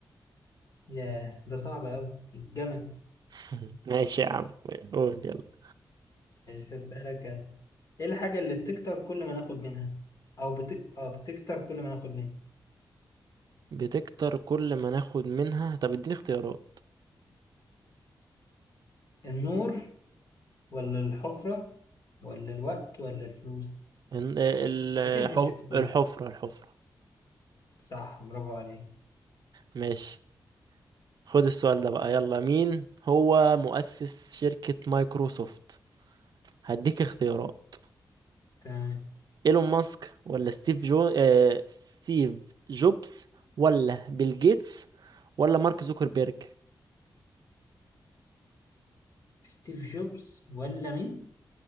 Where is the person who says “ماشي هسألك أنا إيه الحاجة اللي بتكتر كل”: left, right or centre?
Left